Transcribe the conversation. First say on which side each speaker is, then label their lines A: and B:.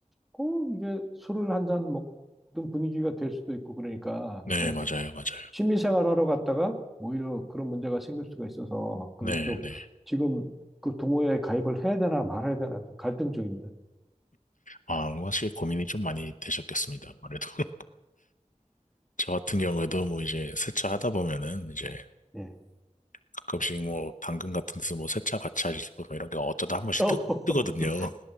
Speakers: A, in the centre; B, on the left (about 75°).
A: 꼭 이게 술을 한 잔 먹던 분위기가 될 수도 있고 그러니까. 그러니까
B: 네, 맞아요, 맞아요.
A: 취미생활 하러 갔다가 오히려 그런 문제가 생길 수가 있어서 그
B: 네,
A: 좀
B: 네.
A: 지금 그 동호회에 가입을 해야 되나 말아야 되나 좀 갈등 중입니다.
B: 아, 확실히 고민이 좀 많이 되셨겠습니다, 아무래도. <laughs> 저 같은 경우에도 뭐 이제 세차 하다 보면은 이제
A: 예.
B: 가끔씩 뭐 당근 같은 데서 뭐 세차 같이 하실 분 뭐 이런 게 어쩌다 한 번씩
A: <laughs>
B: 뜨, 뜨거든요.